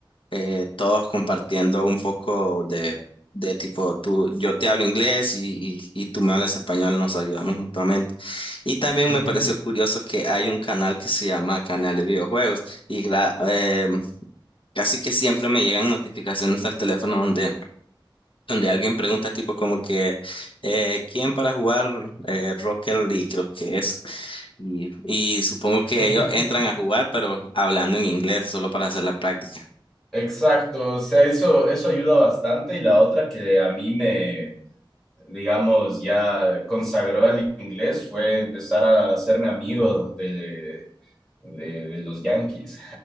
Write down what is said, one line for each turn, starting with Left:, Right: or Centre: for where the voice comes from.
Left: eh, todos compartiendo un poco de, de tipo, tú, yo te hablo inglés y, y, y tú me hablas español, nos ayudamos mutuamente. Y también
Centre: Ujú.
Left: me pareció curioso que hay un canal que se llama Canal de Videojuegos y gra- em, casi que siempre me llegan notificaciones al teléfono donde donde alguien pregunta tipo como que eh, ¿quién para jugar eh, Rocket League? Creo que es. Y, y supongo
Centre: <laughs>
Left: que ellos entran a jugar, pero hablando en inglés solo para hacer la práctica.
Centre: Exacto, o sea, eso, eso ayuda bastante y la otra que a mí me, digamos, ya consagró al inglés fue empezar a hacerme amigo de, de, de los Yankees.